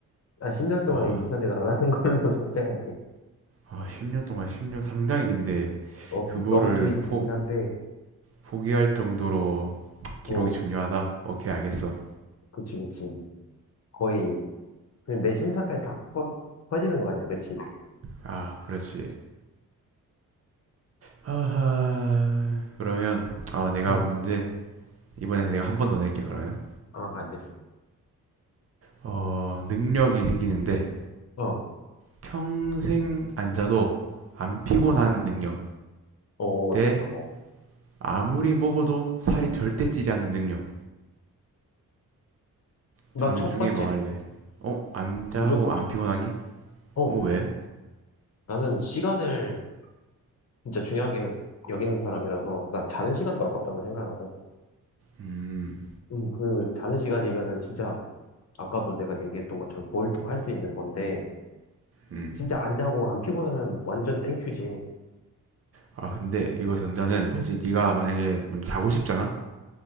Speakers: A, on the left; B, on the right.
A: 아, 10년 동안
B: 아,
A: 인터넷 안 하는 걸로 <laughs> 선택할게.
B: 아 10년 동안 10년 상당히 긴데
A: 어,
B: 그거를
A: 너무 길긴
B: 포
A: 한데,
B: 포기할 정도로 기록이
A: 어,
B: 중요하다. 오케이, 알겠어.
A: 그치, 그치. 거의, 그냥 내 신상까지 다 퍼, 퍼지는 거 아니야, 그치?
B: 아, 그렇지. 하하. 그러면 어, 내가
A: 응,
B: 문제 이번에 내가 한 번 더 낼게 그러면.
A: 아, 알겠어.
B: 어, 능력이 생기는데
A: 어,
B: 평생 앉아도 안 피곤한
A: 응.
B: 능력
A: 어,
B: 대
A: 좋다. 어.
B: 아무리 먹어도 살이 절대 찌지 않는 능력.
A: 난
B: 둘
A: 첫
B: 중에
A: 번째.
B: 뭐 할래? 어, 안 자고
A: 무조건
B: 안
A: 첫
B: 피곤하기?
A: 번째. 어,
B: 어, 왜?
A: 나는 시간을 진짜 중요하게 여기는 사람이라서 난 자는 시간도 아깝다고 생각하고
B: 음.
A: 음, 그 자는 시간이면은 진짜 아까도 내가 얘기했던 것처럼 뭘입할 수 있는 건데
B: 음.
A: 진짜 안 자고 안 피곤하면 완전 땡큐지
B: 아, 근데 이거 전자는 뭐지? 네가 만약에 자고 싶잖아.